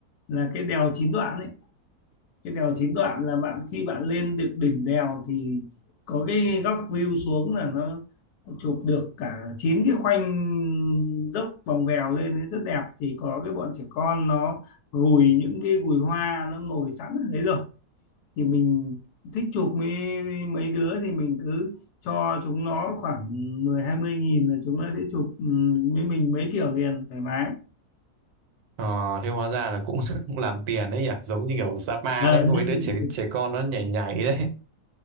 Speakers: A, on the left (about 80°); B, on the right (about 75°).
A: là cái đèo chín đoạn ấy. cái đèo chín đoạn là bạn khi bạn lên được đỉnh đèo thì có cái góc view xuống là nó chụp được cả chín cái khoanh dốc vòng vèo lên ấy rất đẹp thì có cái bọn trẻ con nó gùi những cái gùi hoa nó ngồi sẵn ở đấy rồi thì mình thích chụp mấy mấy đứa thì mình cứ cho chúng nó khoảng mười hai mươi nghìn là chúng nó sẽ chụp ừ, với mình mấy kiểu liền thoải mái
B: ờ thế hóa ra là cũng, <laughs> cũng làm tiền đấy nhỉ giống như kiểu Sapa
A: Ờ,
B: đấy có
A: nhưng
B: mấy đứa trẻ trẻ con nó nhảy nhảy đấy